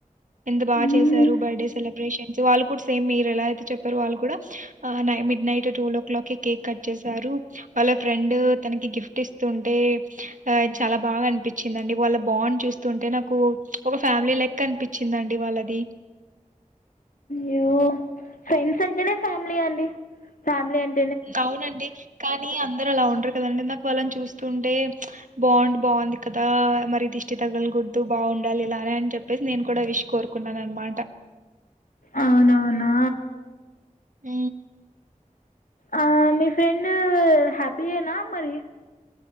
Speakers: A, on the right; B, on the left.
A: ఎంత బాగా
B: మ్మ్.
A: చేశారు బర్త్డే సెలబ్రేషన్స్ వాళ్ళు కూడా సేమ్ మీరు ఎలా అయితే చెప్ారు వాళ్ళు కూడా midnight twelve o'clock కి కేక్ కట్ చేసారు వాళ్ళ ఫ్రెండ్ తనకి గిఫ్ట్ ఇస్తుంటే చాలా బాగా అనిపించింద అండి వాళ్ళ బాగుని చూస్తుంటే నాకు ఒక ఫ్యామిలీ లెక్ అనిపించిందండి వాళ్ళది
B: అ్యో ఫ్రెండ్స్ అంటేనే ఫ్యామిలీ అండి ఫ్యామిలీ అంటే
A: అవునండి కానీ అందరు అలా ఉండరు కదండి నాకు వాళ్ళని చూస్తుంటే బాగుం బాగుంది కదా మరి దిష్టి తగ్గలు కుదు బాగు ఉండాలిలానే అని చెప్పేసి నేను కూడా విష కోరుకున్నాను అనమాట
B: అవునవునా
A: ఆ
B: ఆ మీ ఫ్రెండ్ హ్యాపీయేనా మరి